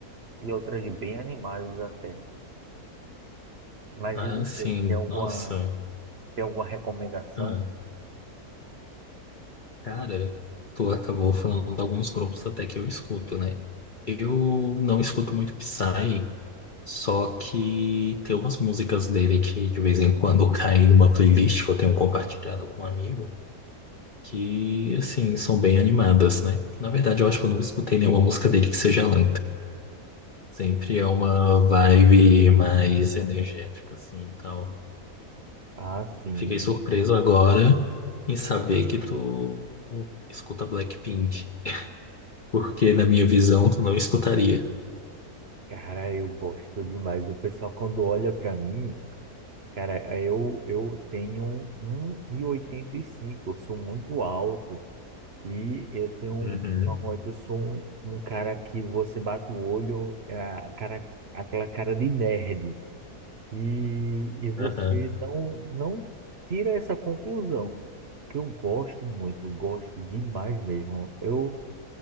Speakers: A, on the right; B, on the left.
A: e outras bem animadas até. Mas
B: Ah,
A: e você,
B: sim,
A: tem alguma,
B: nossa.
A: tem alguma recomendação?
B: Ah, cara, tu acabou falando de alguns grupos até que eu escuto, né? Eu não escuto muito Psy, só que tem umas músicas dele que de vez em quando <laughs> caem numa playlist que eu tenho compartilhado com um amigo, que, assim, são bem animadas, né? Na verdade, eu acho que eu nunca escutei nenhuma música dele que seja lenta. Sempre é uma vibe mais energética, assim, e tal.
A: Ah, sim,
B: Fiquei surpreso agora em saber que tu escuta Blackpink, porque na minha visão tu não escutaria.
A: cara, eu gosto demais. O pessoal quando olha pra mim, cara, eu eu tenho um e e oitenta e cinco. eu sou muito alto e eu tenho
B: Uhum,
A: normalmente eu sou um, um cara que você bate o olho, é a cara, aquela cara de nerd. E, e você
B: aham.
A: não, não tira essa conclusão, porque eu gosto muito, gosto demais mesmo. Eu,